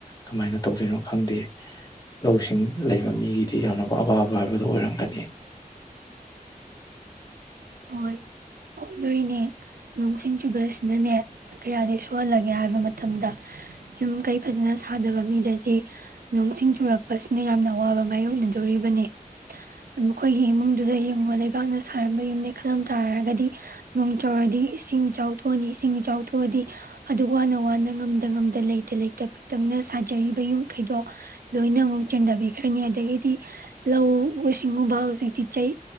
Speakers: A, on the left; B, on the right.
A: ꯀꯃꯥꯏꯅ ꯇꯧꯗꯣꯏꯅꯣ ꯈꯪꯗꯦ ꯂꯧꯁꯤꯡ ꯂꯩꯕ ꯃꯤꯒꯤꯗꯤ ꯌꯥꯝꯅ ꯑꯋꯥꯕ ꯍꯥꯏꯕꯗꯨꯣ ꯑꯣꯏꯔꯝꯒꯅꯤ
B: ꯍꯣꯏ ꯑꯣꯏꯗꯣꯔꯤꯅꯦ ꯅꯣꯡ ꯁꯤꯡ ꯆꯨ ꯑꯁꯤꯅꯅꯦ ꯀꯌꯥꯗꯤ ꯁꯣꯛꯍꯜꯂꯒꯦ ꯍꯥꯏꯕ ꯃꯇꯝꯗ ꯌꯨꯝ ꯀꯩ ꯐꯖꯅ ꯁꯥꯗꯕ ꯃꯤꯗꯗꯤ ꯅꯣꯡ ꯁꯤꯡ ꯆꯨꯔꯛꯄꯁꯤꯅ ꯌꯥꯝꯅ ꯑꯋꯥꯕ ꯃꯥꯏꯌꯣꯛꯅꯗꯣꯔꯤꯕꯅꯤ ꯃꯈꯣꯏꯒꯤ ꯏꯃꯨꯡꯗꯨꯗ ꯌꯦꯡꯉꯣ ꯂꯩ ꯂꯩꯕꯥꯛꯅ ꯁꯥꯔꯝꯕ ꯌꯨꯝꯅꯦ ꯈꯜꯂꯝ ꯇꯥꯔꯒꯗꯤ ꯅꯣꯡ ꯆꯨꯔꯗꯤ ꯏꯁꯤꯡ ꯏꯆꯥꯎ ꯊꯣꯛꯑꯥꯅꯤ ꯏꯁꯤꯡ ꯏꯆꯥꯎ ꯊꯣꯛꯑꯗꯤ ꯑꯗꯨ ꯋꯥꯅ ꯋꯥꯅ ꯉꯝꯗ ꯉꯝꯗ ꯂꯩꯇ ꯂꯩꯇ ꯄꯤꯛꯇꯛꯅ ꯁꯥꯖꯔꯤꯕ ꯌꯨꯝ ꯈꯩꯗꯣ ꯂꯣꯏꯅ ꯑꯃꯨꯛ ꯆꯦꯟꯊꯕꯤꯈ꯭ꯔꯅꯤ ꯑꯗꯒꯤꯗꯤ ꯂꯧ ꯁꯤꯡꯎꯨꯕ ꯍꯧꯖꯤꯛꯇꯤ ꯆꯩ